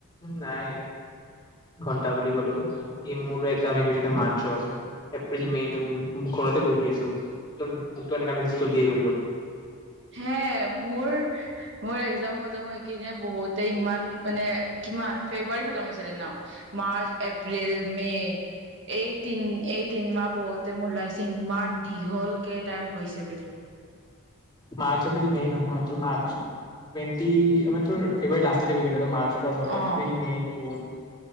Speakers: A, on the left; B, on the right.
A: নাই ঘন্টা বুলি কলো ই মোৰ এক্জাম শেষ হৈছে মাৰ্চত এপ্ৰিল মে জুন ঘৰতে বহি আছো মোৰতো এনেকা লাগিচে জল্দি আহি গ'ল
B: হে মোৰ মোৰ এক্জাম খতম হৈ কিনে বহুতে ইমান মানে কিমান ফেব্ৰুৱাৰী খতম হৈছিলে ন মাৰ্চ এপ্ৰিল মে এই তিন এই তিনমাহ বহুতে মোৰ লাগিছে ইমান দীঘলকে টাইম গৈছে বুলি
A: মাৰ্চ এপ্ৰিল মে নহয় তোৰ মাৰ্চ মানে তোৰ ফেব্ৰুৱাৰী লাষ্টত গৈছিল মাৰ্চ কথা হল
B: অ
A: এপ্ৰিল মে' জুন